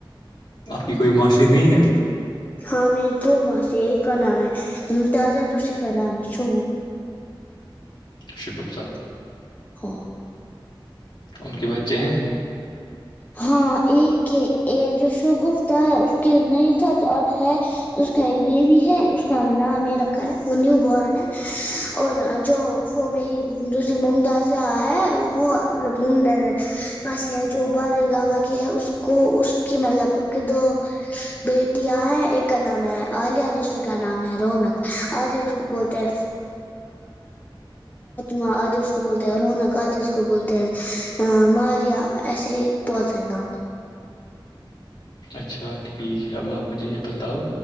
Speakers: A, on the left; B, on the left.
A: آپ کی کوئی معاشی نہیں ہے
B: ہاں میری دو وہاں سے ایک کا نام ہے ممتازہ دوسری کا نام ہے شو
A: شگپتہ
B: ہاں
A: ان کے بچے ہیں
B: ہاں ایک کے جو شوگفتا ہے اس کے نہیں تھا تو اب ہے اس کا ایک بیبی ہے اس کا ا نام نہیں رکھا ہے وہ نیو بورن ہے اور جو وہ میری دوسری ممتاز ہے وہ مطلب ممتا جو بار گاما کی ہے اس کو اس کی مطلب اس کے دو بیٹیاں ہے ایک کا نام ہے عالیا دوسری کا نام ہے رونق آگے اس کو بولتا ہیں ما آدیش کو بولتے ہیں رونق آدیش کو بولتے ہیں ماریا پہنچ نا
A: اچھا ٹھیک ہے اب آپ مجھے یہ بتاؤ